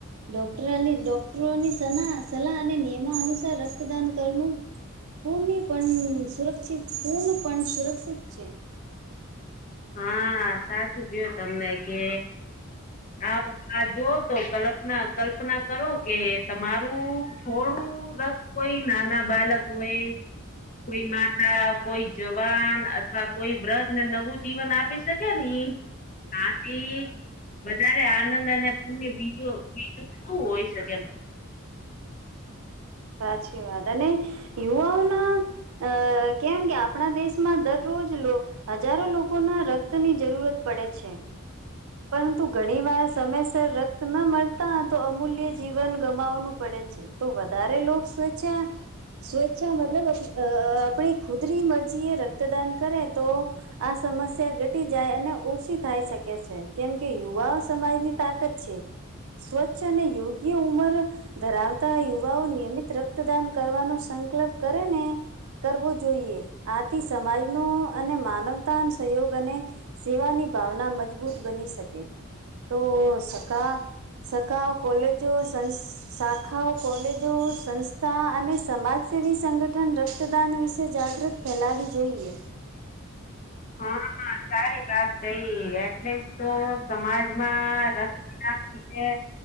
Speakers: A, on the right (about 80°); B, on the left (about 35°).
A: ડોક્ટરની ડોક્ટરોની સલા સલાહ અને નિયમો અનુસાર રક્તદાન કરનું, પૂર્ણપણ સુરક્ષિત પૂર્ણપણ સુરક્ષિત છે.
B: હા સાચું કીધું તમને કે આ આ જો તો કલપના કલ્પના કરો કે તમારું થોડું રક્ત કોઈ નાના બાળકો હો એ- કોઈ માતા, કોઈ જવાન અથવા કોઈ વ્રતને નવું જીવન આપી શકે ની આથી વધારે આનંદ અને પુણ્ય બીજું બીજું શું હોય શકે
A: સાચી વાત અને યુવાઓના અ કેમ કે આપણા દેશમાં દરરોજ લો હજારો લોકોના રક્તની જરૂરત પડે છે. પરંતુ ઘણી વાર સમયસર રક્ત ન મળતા તો અમૂલ્ય જીવન ગમાવવાનું પડે છે. તો વધારે લોક સ્વેચ્છા સ્વેચ્છા મતલબ અ આપણી ખુદરી મરજીએ રક્તદાન કરે તો આ સમસ્યા ઘટી જાય અને ઓછી થાય શકે છે. કેમ કે યુવા સમાયની તાકત છે સ્વચ્છ અને યોગ્ય ઉંમર ધરાવતા યુવાઓ નિયમિત રક્તદાન કરવાનો સંકલપ કરેને કરવો જોઈએ આથી સમાયનુ અને માનવતાન સહયોગ અને સેવાની ભાવના મજબૂત બની શકે તો સકા સકાવ કોલેજો સંસ્ક શાખાઓ કોલેજો સંસ્થા અને સમાજસેવી સંગઠન રક્તદાન વિશે જાગૃત ફેલાવી જોઈએ.
B: હાં સારી વાત કઈ એટલે જ તો સમાજમાં રક્તદાન વિશે